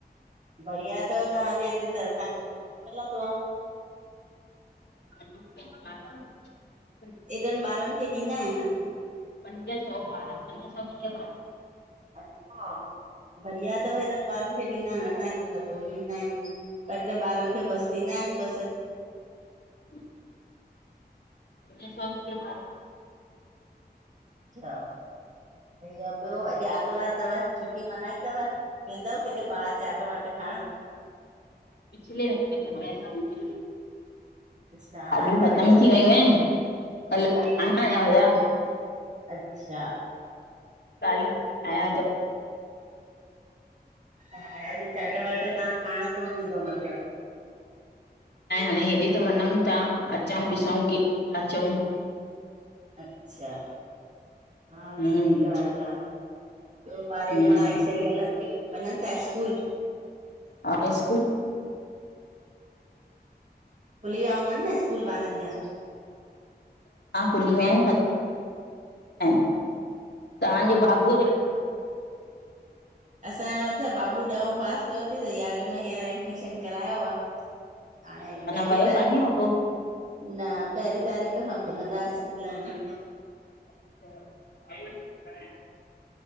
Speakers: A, on the right; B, on the left.
A: बढ़िया थव तव्हांजे हिते त असांखे त कोन मिलंदो आ
B: <inaudible>
A: एॾनि ॿारनि खे ॾींदा आइनि
B: पंज सौ ॿार पंज सौ वीय ॿार
A: अच्छा! बढ़िया थव हेॾनि ॿारनि खे ॾींदा आइनि असांए हिते त कोन ॾींदा आइनि। ॿ ट्रे ॿारनि खे बसि ॾींदा आइनि बसि
B: <inaudible> ऐं सौॻी भार
A: अच्छा सही आ ॿियो अॼु आरतवार थव छुटी मल्हाईंदव वेंदव किथे ॿाहिर चाट वाट हें
B: पिछले हफ़्ते त विया वासी
A: अच्छा
B: भाॼियूं
A: हाणे न
B: ख़तम
A: वेंदव
B: थी वयूं आइनि। कल
A: अ
B: कान आया हुया?
A: अच्छा
B: ॻाल्हियूं आया जो
A: ऐं अॼु चाट वाट तां खाइण कोन विंदो मतलबु
B: ऐं हाणे हेॾे त वञउं था अचंऊ ॾिसंऊ की अचंऊ
A: अच्छा हा
B: हम्म
A: सही ॻाल्हि आ ॿियो ॿार
B: हम्म
A: ई पढ़ाई सही हलनि थियूं वञनि था स्कूल
B: हा स्कूल
A: खुली विया हूंदा न स्कूल ॿारनि जा
B: हा खुली विया आहिनि तव्हांजे बाबूअ जो
A: असांयो छा बाबू ॾहों पास कयो थई त यारहें में हींअर एडमिशन करायो आ हाणे
B: अञा
A: पहिरी
B: वियो
A: तारीख़
B: कान्हे को
A: न पहिरी तारीख़ खां खुलंदा स्कूल में
B: <inaudible>